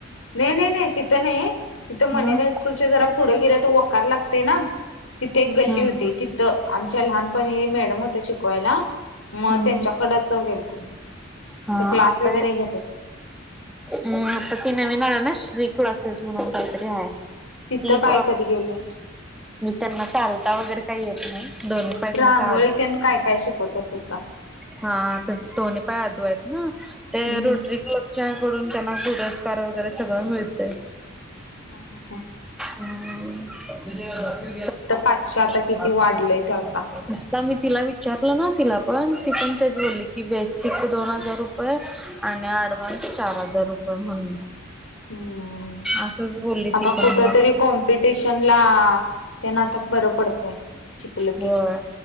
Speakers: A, on the left (about 85°); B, in the centre.
A: नाही नाही नाही तिथं नाही तिथं मनेर
B: मग
A: हायस्कूलच्या जरा पुढं गेल्या.. वकार लागतय ना..? तिथे एक गल्ली
B: हम्म
A: होती..
B: हम्म
A: तिथं आमच्या लहानपणी मॅडम होत्या शिकवायला.. मग
B: हम्म
A: त्यांच्याकडेच गेलतो.
B: हा
A: ते क्लास
B: आता....
A: वगैरे घेतात
B: म आता ती नवीन आलीय ना शिक... श्री क्लासेस म्हणून काहीतरी आहे. ती...
A: तिथं काय
B: बघ..
A: कधी गेलोय
B: मी त्यांना चालता वगैरे काही येत नाही. दोन्ही पाय
A: रांगोळीत
B: त्यांचा आद
A: काय काय शिकवतेत तिथं?
B: हा त्यांचे दोन्ही पाय आदू आहेत ना. ते
A: हम्म
B: रोटरी क्लब कडून त्यांना पुरस्कार वगैरे सगळं मिळत.
A: हा हा
B: हं <inaudible> <unintelligible>
A: पाचशे आता किती वाढलंय ते आता.
B: <inaudible> कमीत तिला विचारलं ना? तिला पण ती पण तेच बोलली की बेसिक बेसिक दोन हजार रुपये आणि अ‍ॅडव्हान्स चार हजार रुपये म्हणून
A: हं
B: असंच बोलली
A: आता
B: ती पण
A: कुठं
B: मग
A: तरी कॉम्पिटिशनला तेन आता बरं पडतंय. शिकल की
B: होय